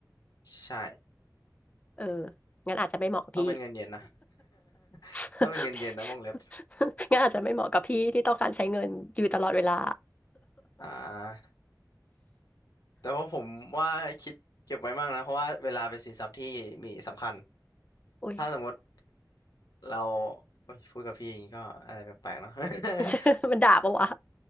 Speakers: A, on the left (about 60°); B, on the left (about 20°).
A: ใช่
B: เอองั้นอาจจะไม่เหมาะกับพี่
A: ต้องเป็นเงินเย็นนะ
B: <laughs>
A: <laughs> ต้องเป็นเงินเย็นนะวงเล็บ
B: พี่งั้นอาจจะไม่เหมาะกับพี่ที่ต้องการใช้เงินอยู่ตลอดเวลา
A: อ่าแต่ว่าผมว่าคิดเก็บไว้มางนะเพราะว่าเวลาเป็นสินทรัพย์ที่มีสำคัญ
B: <laughs> อุ้ย
A: ถ้าสมมติเราโอ้ยพูดกับพี่อย่างนี้ก็อะไรแปลกๆเนาะ <laughs>
B: <laughs> มันด่าปะวะ